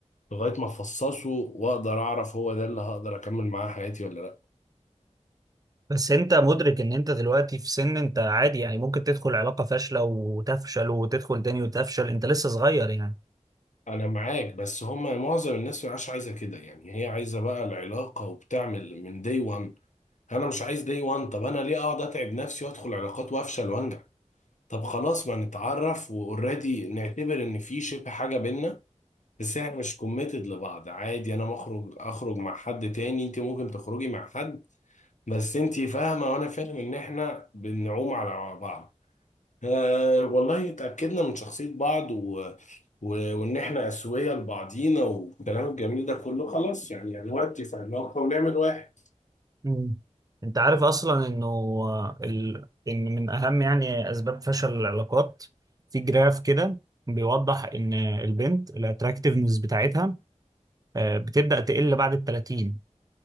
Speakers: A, on the left; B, on the right.
A: لغاية ما افصصه واقدر اعرف هو ده اللي هقدر اكمل معاه حياتي ولا لا
B: بس انت مدرك ان انت دلوقتي في سن انت عادي يعني ممكن تدخل علاقه فاشله وتفشل وتدخل تاني وتفشل انت لسه صغير يعني
A: انا معاك بس هما معظم الناس مش عايزه كده يعني هي عايزه بقى العلاقه وبتعمل من دي 1 انا مش عايز دي 1 طب انا ليه اقعد اتعب نفسي وادخل علاقات وافشل وانجح طب خلاص ما نتعرف واوريدي نعتبر ان في شبه حاجه بينا بس احنا مش كوميتد لبعض عادي انا مخرج اخرج مع حد تاني انت ممكن تخرجي مع حد بس انت فاهمه وانا فاهم ان احنا بنعوم على بعض أه والله اتأكدنا من شخصية بعض و... و... وإن إحنا أسوية لبعضينا والكلام الجميل ده كله خلاص يعني دلوقتي اتفقنا ونعمل واحد
B: مم. انت عارف اصلا انه آه، ال... ان من اهم يعني اسباب فشل العلاقات في جراف كده بيوضح ان البنت الاتراكتيفنس بتاعتها آه، بتبدا تقل بعد ال 30